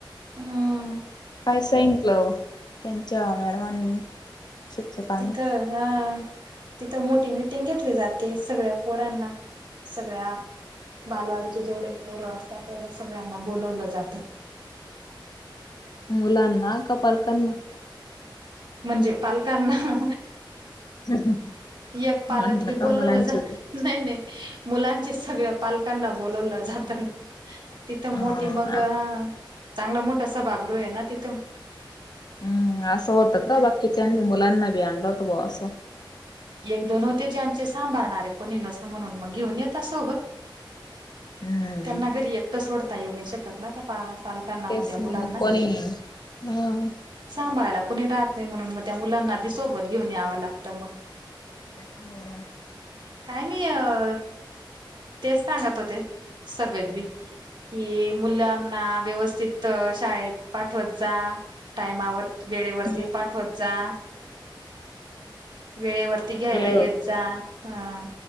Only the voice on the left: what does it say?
काय सांगितलं? त्यांच्या मॅडमांनी. शिक्षकाने
मुलांना. का पालकांना
<unintelligible>
म्हंटलं
का
मुलांची
होती
ह
हम. असं होतं
का? बाकीच्यानी मुलांना बी आणलं होत बुवा असं.
हम्म
तेच
ना कोणी हम्म
होय.
हम्म
वेळ